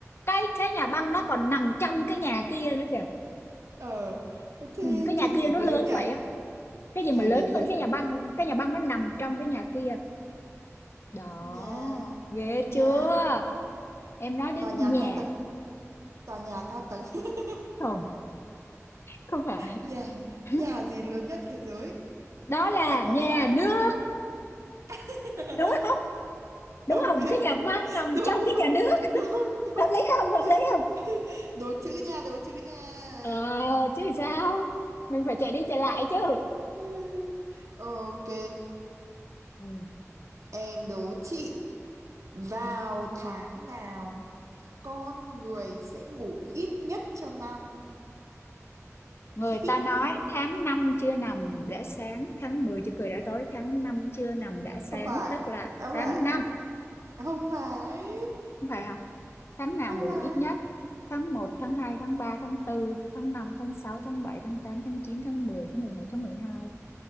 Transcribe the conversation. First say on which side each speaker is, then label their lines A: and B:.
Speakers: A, on the left (about 50°); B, on the right (about 65°).
A: cái cái nhà băng nó còn nằm trong cái nhà kia nữa kìa
B: Ờ, thế
A: ừ. cái nhà
B: cái
A: kia
B: gì
A: nó
B: lớn
A: lớn
B: nhỉ?
A: vậy á cái gì
B: Nhà
A: mà lớn
B: gì lớn?
A: hơn cái nhà băng luôn cái nhà băng nó nằm trong cái nhà kia đó
B: Nhà,
A: ghê
B: nhà,
A: chưa em nói đến
B: tòa nhà
A: nhà
B: cao tầng, tòa nhà cao tầng. <laughs>
A: không không phải
B: Nhà,
A: <laughs>
B: nhà gì lớn nhất thế giới?
A: đó là
B: Nó có
A: nhà
B: phải?
A: nước
B: <laughs>
A: đúng không đúng
B: Không
A: không
B: biết.
A: cái nhà băng nằm
B: Đúng,
A: trong
B: đúng,
A: cái nhà nước <laughs>
B: đúng, đúng.
A: hợp lý không hợp lý không
B: <laughs> Đố chữ nha, đố chữ nha.
A: Ờ chứ sao Mình phải chạy đi chạy lại chứ
B: <laughs> Ok,
A: ừ.
B: em đố chị. Vào tháng nào con người sẽ ngủ ít nhất trong năm?
A: Người
B: <laughs>
A: ta nói tháng 5 chưa nằm đã sáng Tháng 10 chưa cười đã tối Tháng 5 chưa nằm đã sáng
B: không phải
A: Tức là
B: không
A: tháng
B: phải
A: năm
B: không phải
A: Không phải hả Tháng nào
B: không
A: ngủ
B: phải
A: ít nhất Tháng một tháng hai tháng ba tháng tư tháng năm tháng sáu tháng bảy tháng tám tháng chín tháng mười tháng mười một tháng mười hai